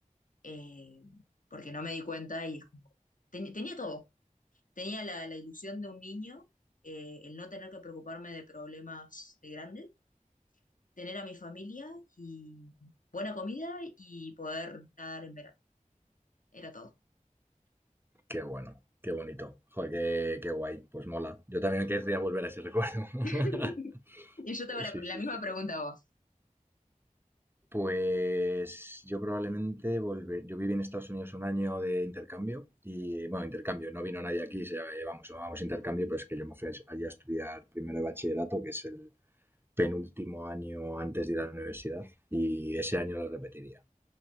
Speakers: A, on the left (about 70°); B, on the right (about 15°).
A: eh, porque no me di cuenta y es como, ten- tenía todo, tenía la, la ilusión de un niño, eh, el no tener que preocuparme de problemas de grandes tener a mi familia y buena comida y poder nadar en verano. Era todo.
B: Qué bueno, qué bonito. Joder, qué, qué guay, pues mola. Yo también querría volver a ese recuerdo. <laughs>
A: <laughs> Y yo te hago la,
B: Sí,
A: la
B: sí,
A: misma
B: súper.
A: pregunta a vos.
B: Pues yo probablemente volver. Yo viví en Estados Unidos un año de intercambio y, bueno, intercambio, no vino nadie aquí, se, eh, vamos, llamamos intercambio, pero es que yo me fui a- allí a estudiar primero de bachillerato, que es el penúltimo año antes de ir a la universidad, y ese año lo repetiría,